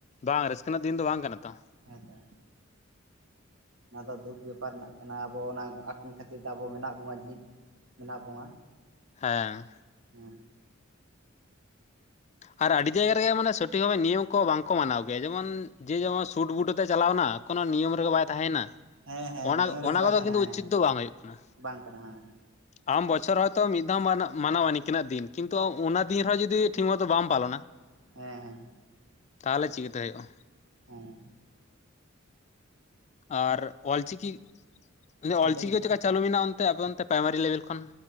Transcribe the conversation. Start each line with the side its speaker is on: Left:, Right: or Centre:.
Left: ᱵᱟᱝ ᱨᱟᱹᱥᱠᱟᱹ ᱨᱮᱱᱟᱜ ᱫᱤᱱ ᱫᱚ ᱵᱟᱝ ᱠᱟᱱᱟ ᱛᱚ
Right: ᱦᱮᱸ ᱛᱚ ᱚᱱᱟ ᱫᱚ ᱫᱩᱠ ᱵᱮᱯᱟᱨ ᱨᱮᱱᱟ ᱠᱟᱱᱟ ᱟᱵᱚ ᱚᱱᱟ ᱟᱠᱤᱱ ᱠᱷᱟᱹᱛᱤᱨ ᱛᱮ ᱟᱵᱚ ᱢᱮᱱᱟᱜ ᱵᱚᱱᱟ ᱡᱤᱭᱮᱫ ᱢᱮᱱᱟᱜ ᱵᱚᱱᱟ
Left: ᱦᱮᱸ
Right: ᱦ <inaudible>
Left: ᱟᱨ ᱟᱹᱰᱤ ᱡᱟᱭᱜᱟ ᱨᱮᱜᱮ ᱢᱟᱱᱮ ᱥᱚᱴᱷᱤᱠ ᱱᱤᱭᱚᱢ ᱠᱚ ᱵᱟᱝᱠᱚ ᱢᱟᱱᱟᱣ ᱜᱮᱭᱟ ᱡᱮᱢᱚᱱ ᱡᱮ ᱡᱮᱢᱚᱱ ᱥᱩᱴᱵᱩᱴ ᱛᱮ ᱪᱟᱞᱟᱣᱱᱟ ᱠᱳᱚᱱᱳ ᱱᱤᱭᱚᱢ ᱨᱮᱜᱮ ᱵᱟᱭ ᱛᱟᱦᱮᱸᱱᱟ
Right: ᱦᱮᱸ ᱦᱮᱸ
Left: ᱚᱱᱟ
Right: ᱱᱤᱭᱚᱢ ᱨᱮᱜᱮ
Left: ᱚᱱᱟ
Right: ᱵᱟᱭ
Left: ᱠᱚᱫᱚ
Right: ᱛᱟᱦᱮᱱᱟ
Left: ᱠᱤᱱᱛᱩ ᱩᱪᱤᱛ
Right: ᱦᱮᱸ
Left: ᱫᱚ ᱵᱟᱝ ᱦᱩᱭᱩᱜ ᱠᱟᱱᱟ
Right: ᱵᱟᱝ ᱠᱟᱱᱟ ᱦᱮᱸ
Left: ᱟᱢ ᱵᱚᱪᱷᱚᱨ ᱦᱚᱭᱛᱚ ᱢᱤᱫ ᱫᱷᱟᱣ ᱢᱟᱱᱟᱣᱟ ᱱᱤᱠᱤᱱᱟᱜ ᱫᱤᱱ ᱠᱤᱱᱛᱩ ᱚᱱᱟ ᱫᱤᱱ ᱨᱮᱦᱚᱸ ᱡᱩᱫᱤ ᱡᱩᱫᱤ <unintelligible> ᱴᱷᱤᱠ ᱢᱚᱛᱚ ᱵᱟᱢ ᱯᱟᱞᱚᱱᱟ
Right: ᱦᱮᱸ ᱦᱮᱸ
Left: ᱛᱟᱦᱚᱞᱮ ᱪᱤᱠᱟᱹᱛᱮ ᱦᱩᱭᱩᱜᱼᱟ
Right: ᱦᱮᱸ
Left: ᱟᱨ ᱚᱞ ᱪᱤᱠᱤ ᱚᱞᱪᱤᱠᱤ
Right: ᱟᱞᱮ
Left: ᱪᱠᱟ ᱪᱟᱹᱞᱩ ᱢᱮᱱᱟᱜᱼᱟ ᱚᱱᱛᱮ ᱟᱵᱤᱱ ᱚᱱᱛᱮ ᱯᱨᱟᱭᱢᱟᱨᱤ ᱞᱮᱵᱮᱞ ᱠᱷᱚᱱ